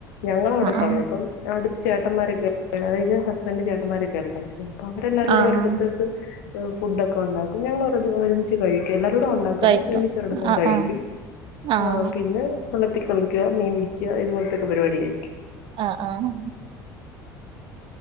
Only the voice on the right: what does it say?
ആഹ് ആഹ്
ആഹ് ആഹ്
കഴിക്കും
ആഹ്
ആഹ് ആഹ്
ആ ആഹ്